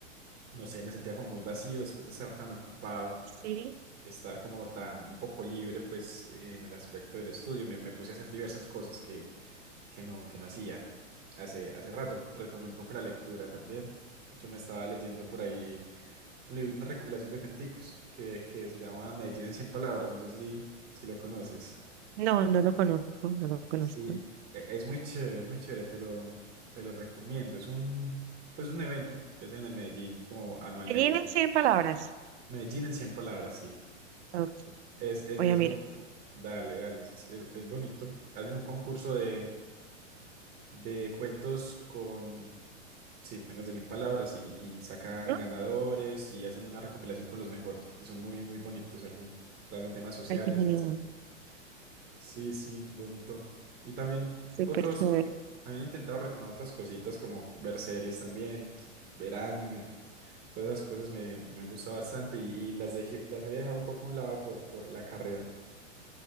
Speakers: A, on the right; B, on the right.
A: no sé, me sentía como muy vacío después de estar tan ocupado,
B: Sí.
A: estar como tan un poco libre, pues en el aspecto del estudio, me, me puse a hacer diversas cosas que, que no, que no hacía hace, hace rato. Retomé un poco la lectura también. Yo me estaba leyendo por ahí un libro, una recopilación de cuenticos que, que se llama Medellín en cien palabras, no sé si, si lo conoces.
B: No, no lo conozco, no lo conozco.
A: Sí, e- es muy chévere, es muy chévere, te lo, te lo recomiendo. Es un, pues un evento que hacen en el Medellín, como anualmente.
B: Gallina en 100 palabras.
A: Medellín en cien palabras, sí.
B: Ok,
A: Es, es,
B: voy
A: es
B: a mirar.
A: bonito. Dale, dale, es, es- es bonito. Hacen un concurso de, de cuentos con, sí, menos de 100 palabras y, y sacan
B: ¿no?
A: ganadores y hacen una recopilación con los mejores. Y son muy, muy bonitos algunos. Tratan temas sociales,
B: Ay, qué genial.
A: etc. Sí, sí, bonito. Y también
B: Súper
A: otros,
B: chévere.
A: han intentado retomar otras cositas como ver series también, ver anime, todas esas cosas me, me han gustado bastante y, y las dejé, las había dejado un poco a un lado por, por la carrera,